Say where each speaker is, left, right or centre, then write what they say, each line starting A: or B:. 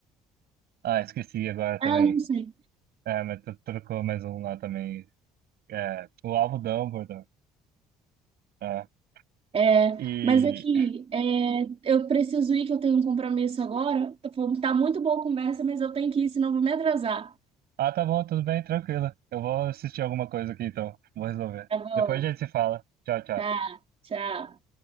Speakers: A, on the right; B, on the right.
A: Ah, esqueci agora também.
B: Ah, não sei.
A: É, mas tro- trocou mais um lá também. É, o alvo Dumbledore. É.
B: É,
A: E.
B: mas aqui, é, eu preciso ir, que eu tenho um compromisso agora. Tá muito boa a conversa, mas eu tenho que ir, senão eu vou me atrasar.
A: Ah, tá bom, tudo bem, tranquilo. Eu vou assistir alguma coisa aqui então. Vou resolver.
B: Tá bom,
A: Depois a gente se fala. Tchau, tchau.
B: tá, tchau.